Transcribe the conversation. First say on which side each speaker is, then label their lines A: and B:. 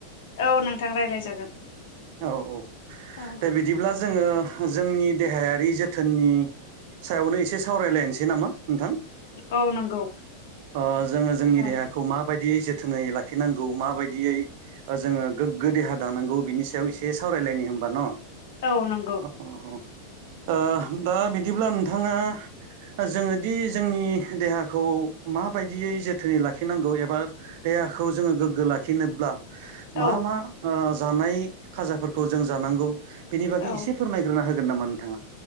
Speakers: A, on the left; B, on the right.
A: औ नोंथां रायज्लाय जागोन
B: औ औ
A: औ
B: दे बिदिब्ला जोङो जोंनि देहायारि जोथोननि सायावनो एसे सावरायलायनोसै नामा नोंथां
A: औ नंगौ
B: ओ जोङो जोंनि
A: औ
B: देहाखौ मा बायदियै जोथोनै लाखिनांगौ माबायदियै ओ जोङो गोग्गो देहा दानांगौ बिनि सायाव एसे सावरायलायनो होनबा न' ओ
A: औ नंगौ
B: अ ह ओ दा बिदिब्ला नोंथाङा जोङोदि जोंनि देहाखौ माबायदियै जोथोनै लाखिनांगौ एबा दे देहाखौ जोङो गोग्गो लाखिनोब्ला मा
A: औ
B: मा जानाय खाजाफोरखौ जों जानांगौ बिनि बागै
A: औ
B: एसे फोरमायग्रोना होगोन नामा नोंथाङा